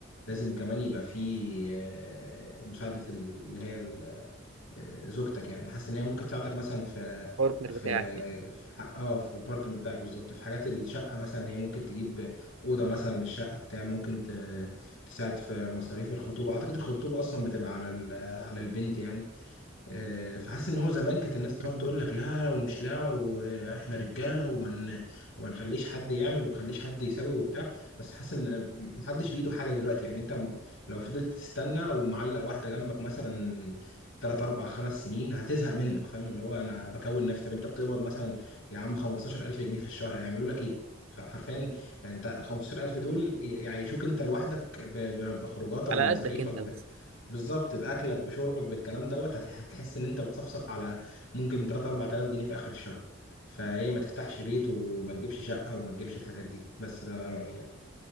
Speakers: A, on the left; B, on the right.
A: لازم كمان يبقى في آه، مساعدة ال- اللي هي ال- آه، زوجتك يعني حاسس ان هي ممكن تساعدك مثلا في
B: البارتنر
A: في
B: بتاعك يعني
A: في حق اه في البارتنر بتاعك بالظبط في حاجات الشقه مثلا ان هي ممكن تجيب اوضه مثلا من الشقه بتاع ممكن ت- تساعد في مصاريف الخطوبه اعتقد الخطوبه اصلا بتبقى على ال- على البنت يعني آه، فحاسس ان هو زمان كانت الناس تقعد
B: مم.
A: تقول لك لا ومش لا واحنا رجاله وما ن- وما نخليش حد يعمل وما نخليش حد يسوي وبتاع بس حاسس ان محدش بايده حاجه دلوقتي يعني انت م- لو فضلت تستنى ومعلق واحده جنبك مثلا تلات أربع خمس سنين هتزهق منك فاهم اللي هو أنا بكون نفسي طب أنت بتقبض مثلا يا عم 15000 جنيه في الشهر هيعملوا لك إيه؟ فحرفيا يعني أنت ال 15000 دول ي- يعيشوك أنت لوحدك ب- ب- بخروجاتك
B: على
A: بمصاريفك
B: قدك انت بس
A: بالظبط باكلك بشربك بالكلام دوت هتح- هتحس ان انت بتصفصف على ممكن 3 4000 جنيه في اخر الشهر فهي ما تفتحش بيت وما تجيبش شقه وما تجيبش الحاجات دي بس ده رايي يعني